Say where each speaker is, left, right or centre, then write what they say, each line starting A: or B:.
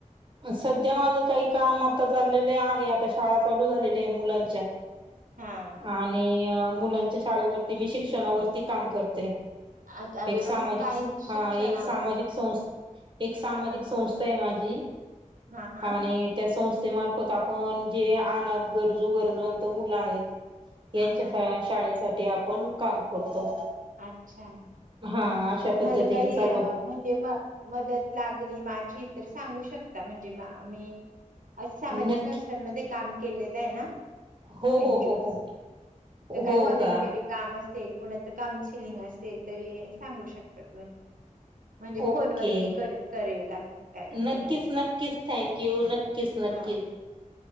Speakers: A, on the right; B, on the right.
A: सध्या माझ काही काम आता चाललेले आहे आता शाळा चालू झालेली आहे मुलांच्या
B: हा.
A: आणि अ मुलांच्या शाळेवरती मी शिक्षणावरती काम करते
B: आता अरे
A: एक सामाजिक
B: वा काय
A: सं-
B: शिक्षणावर
A: हा एक सामाजिक संस् एक सामाजिक
B: हा
A: संस्था माझी
B: हा हा
A: आणि त्या संस्था त्या मार्फत आपण जे अना गरजू गरजवंत मुलं आहेत यांच्या
B: हा हा हा
A: शाळेसाठी ते आपण काम करतो
B: अच्छा
A: हा अशा
B: तुम्हाला
A: पद्धतीने
B: काही
A: चालू
B: म्हणजे म मदत लागली माझी री सांगू शकता म्हणजे मी अस सामाजिक
A: नक्की
B: संस्थांमध्ये काम केलेलं आहे ना
A: हो हो
B: एन जी
A: हो
B: ओ
A: हो
B: मध्ये तर
A: हो
B: काय व्हॉलेंटियरी
A: का
B: काम अस कोणाचं काउन्सिलिंग असेल तरी सांगू शकताय तुम्ही म्हणजे
A: ओके
B: फोनवर मी करे करेल असं काय
A: नक्कीच
B: हे नाही
A: नक्कीच थँक यू नक्कीच नक्कीच
B: हा